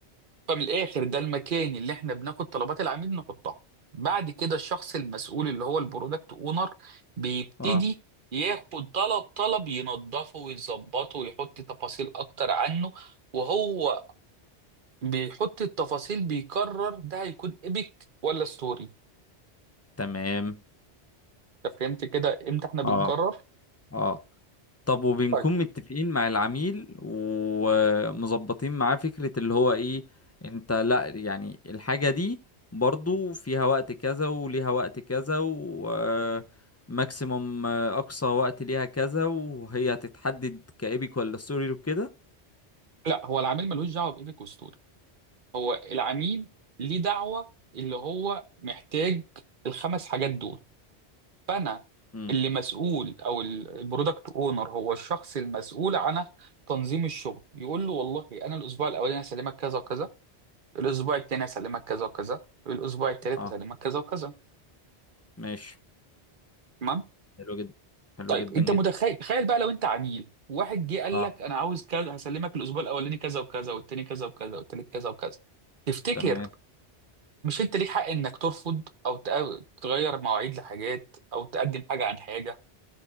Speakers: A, on the right; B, on the left.
A: فمن الاخر ده المكان اللي احنا بناخد طلبات العميل نحطها بعد كده الشخص المسؤول اللي هو البرودكت اونر بيبتدي
B: اه
A: ياخد طلب طلب ينظفه ويظبطه ويحط تفاصيل اكتر عنه وهو بيحط التفاصيل بيقرر ده هيكون ايبك ولا ستوري
B: تمام
A: انت فهمت كده امتى احنا بنقرر
B: اه اه طب وبنكون
A: طيب
B: متفقين مع العميل ومظبطين معاه فكرة اللي هو ايه انت لا يعني الحاجة دي برضو فيها وقت كذا وليها وقت كذا وماكسيموم اقصى وقت ليها كذا وهي هتتحدد كايبك ولا ستوري وكده
A: لا هو العميل ملوش دعوه بايبك وستوري هو العميل ليه دعوه اللي هو محتاج الخمس حاجات دول فانا
B: امم
A: اللي مسؤول او ال- البرودكت اونر هو الشخص المسؤول عن تنظيم الشغل يقول له والله انا الاسبوع الاولاني هسلمك كذا وكذا الاسبوع الثاني هسلمك كذا وكذا الاسبوع الثالث
B: اه
A: هسلمك كذا وكذا
B: ماشي
A: تمام
B: حلو جدا حلو
A: طيب
B: جدا
A: انت متخيل
B: جدا
A: تخيل بقى لو انت عميل واحد جه قال
B: اه
A: لك انا عاوز كذا هسلمك الاسبوع الاولاني كذا وكذا والثاني كذا وكذا والثالث كذا وكذا تفتكر
B: تمام
A: مش انت ليك حق انك ترفض او تق- تغير مواعيد لحاجات او تقدم حاجه عن حاجه